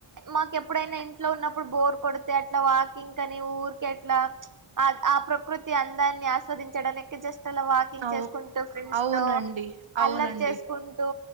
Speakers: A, on the right; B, on the right.
A: మాకు ఎప్పుడైనా ఇంట్లో ఉన్నప్పుడు బోర్ కొడ తే అట్లా వాకింగ్ అని ఊరిక అట్లా ఆ ప్రకృతి అందాన్ని ఆస్వాదించడానీకి జస్ట్ ల వాకింగ్
B: అవు
A: చేసుకుంటూ ఫ్రెండ్స్
B: అవునండి
A: తో
B: అవునండి
A: అల్లరి చేసుకుంటూ